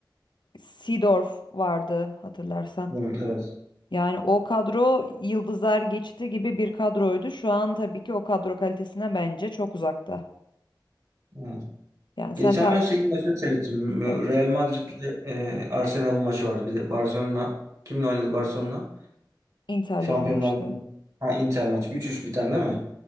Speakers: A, on the left; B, on the right.
A: Seedorf vardı hatırlarsan.
B: Hı, evet.
A: Yani o kadro yıldızlar geçti gibi bir kadroydu. Şu an tabii ki o kadro kalitesine bence çok uzakta.
B: Hı.
A: Yani
B: Geçen
A: sen takip
B: ben şeyin maçını seyrettim. Bu
A: evet
B: Real Madrid'le e, Arsenal'ın maçı vardı. Bir de Barcelona. Kimle oynadı Barcelona?
A: Inter'le
B: Şampiyonlar
A: oynamıştı.
B: Ligi. Ha Inter maçı. üç 3 biten değil mi?